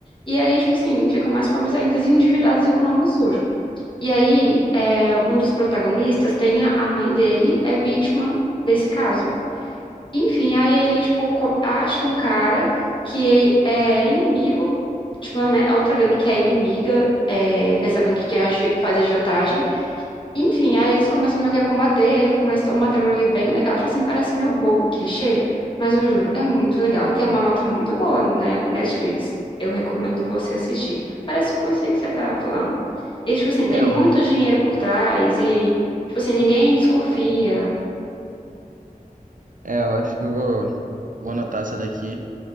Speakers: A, on the left; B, on the right.
A: E aí, tipo assim, ficam mais pobres ainda, endividados e com o nome sujo. E aí, é, um dos protagonistas tem a a mãe dele, é vítima desse caso. Enfim, aí ele, tipo, co- acha um cara que é inimigo, tipo, né, a outra gangue que é inimiga é, dessa gangue que é agi- faz agiotagem. Enfim, aí eles começam meio que a combater, e aí fica uma histó- uma trama ali bem legal. Tipo assim, parece meio bobo, clichê, mas eu juro, é muito legal. E tem uma nota muito boa na Netflix. Eu recomendo você assistir. Parece com isso aí que você tá falando. E, tipo assim, tem
B: É,
A: muito
B: eu,
A: dinheiro por trás e, tipo assim, ninguém desconfia.
B: é, eu acho que eu vou, vou anotar essa daqui